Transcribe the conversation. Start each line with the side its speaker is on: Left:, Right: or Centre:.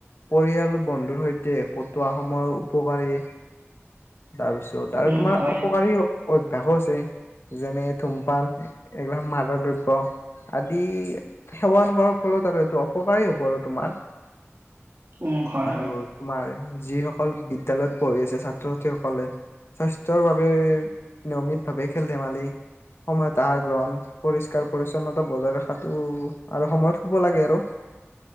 Left: পৰিয়াল বন্ধুৰ সৈতে কটোৱা সময়ৰ উপকাৰী। তাৰপিছত আৰু
Right: উম
Left: তোমাৰ
Right: হয়
Left: অপকাৰী অভ্যাসো আছে, যেনে-ধূমপান এইগিলা মাদক দ্ৰব্য। আদি, সেৱন কৰাৰ ফলত আৰু এইটো অপকাৰেই হ'ব আৰু তোমাৰ।
Right: উম হয়
Left: আৰু
Right: হয়
Left: তোমাৰ যিসকল বিদ্যয়ালয়ত পঢ়ি আছে ছাত্ৰ- ছাত্ৰীসকলে। স্বাস্থ্যৰ বাবে, নিয়মিত ভাৱে খেল-ধেমালি। সময়ত আহাৰ গ্ৰহণ পৰিষ্কাৰ- পৰিচ্ছন্নতা বজাই ৰখাতটো আৰু সময়ত হ'ব লাগে আৰু।